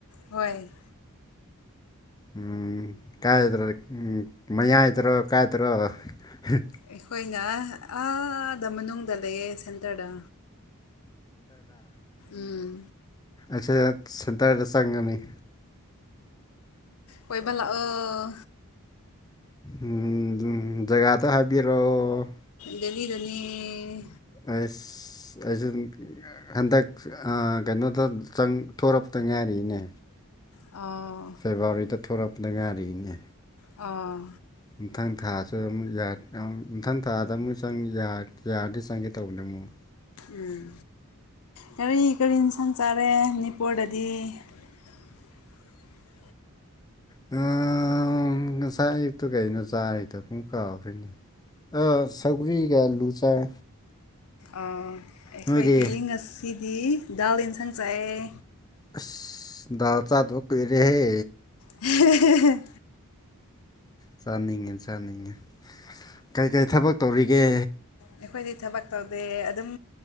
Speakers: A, on the left; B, on the left.
A: ꯍꯣꯏ
B: ꯎꯝ ꯀꯥꯏꯗ꯭ꯔ ꯎꯝ ꯃꯌꯥꯏꯇꯔꯣ ꯀꯥꯏꯇꯔꯣ ꯍꯤ
A: ꯑꯩꯈꯣꯏꯅ ꯑꯥꯗ ꯃꯅꯨꯡꯗ ꯂꯩꯌꯦ ꯁꯦꯟ ꯇꯔꯗꯥ ꯎꯝ
B: ꯑꯩꯁꯦꯗ ꯁꯦꯟꯇꯔꯗ ꯆꯪꯉꯅꯤ
A: ꯀꯣꯏꯕ ꯂꯥꯛꯑꯣ
B: ꯎꯝꯝ ꯖꯒꯥꯗꯣ ꯍꯥꯏꯕꯤꯔꯛꯑꯣ
A: ꯗꯦꯜꯂꯤꯗꯅꯦ
B: ꯑꯁ ꯑꯩꯖꯨꯟ ꯍꯟꯗꯛ ꯑꯥ ꯀꯩꯅꯣꯗ ꯆꯪ ꯊꯣꯔꯛꯄꯗ ꯉꯥꯏꯔꯤꯅꯦ
A: ꯑꯥ
B: ꯐꯦꯕꯋꯥꯔꯤꯗ ꯊꯣꯛꯂꯛꯄꯗ ꯉꯥꯏꯔꯤꯅꯦ
A: ꯑꯥ
B: ꯃꯊꯪ ꯊꯥꯁꯨ ꯑꯃꯨꯛ ꯌꯥ ꯑ ꯃꯊꯪ ꯊꯥꯗ ꯑꯃꯨꯛ ꯆꯪ ꯌꯥ ꯌꯥꯔꯗꯤ ꯆꯪꯒꯦ ꯇꯧꯕꯅꯦ ꯑꯃꯨꯛ
A: ꯎꯝ ꯀꯔꯤ ꯀꯔꯤ ꯏꯟꯁꯥꯡ ꯆꯥꯔꯦ ꯃꯅꯤꯄꯨꯔꯗꯗꯤ <unintelligible>
B: ꯍꯍ ꯑꯥ ꯎꯪ ꯉꯁꯥꯏ ꯑꯌꯨꯛꯇꯨ ꯀꯩꯅꯣ ꯆꯥ ꯍꯦꯛꯇ ꯄꯨꯡ ꯀꯥꯎꯈ꯭ꯔꯦꯅꯦ ꯑꯥ ꯁꯧꯒꯔꯤꯒ ꯑꯂꯨ ꯆꯥꯏ
A: ꯑꯥ ꯑꯩꯈꯣꯏꯗꯤ
B: ꯅꯣꯏꯗꯤ
A: ꯉꯁꯤꯗꯤ ꯗꯥꯜ ꯌꯦꯟꯁꯥꯡ ꯆꯥꯏꯌꯦ
B: ꯑꯁ ꯗꯥꯜ ꯆꯥꯗꯕ ꯀꯨꯏꯔꯦꯍꯦ
A: ꯍꯦ ꯍꯦ ꯍꯦ
B: ꯆꯥꯅꯤꯡꯉꯦ ꯆꯥꯅꯤꯡꯉꯦ ꯀꯩ ꯀꯩ ꯊꯕꯛ ꯇꯧꯔꯤꯒꯦ
A: ꯑꯩꯈꯣꯏꯗꯤ ꯊꯕꯛ ꯇꯧꯗꯦ ꯑꯗꯨꯝ